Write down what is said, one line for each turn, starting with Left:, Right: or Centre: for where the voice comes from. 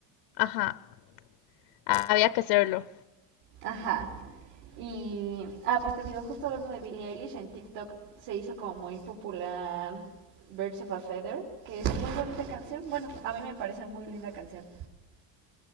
Left: Ajá, había que hacerlo.
Right: Ajá. Y, ah, pues te digo, justo hablando de Billie Eilish, en TikTok se hizo como muy popular Birds of a Feather, que es muy bonita canción. Bueno, a mí me parece muy linda canción.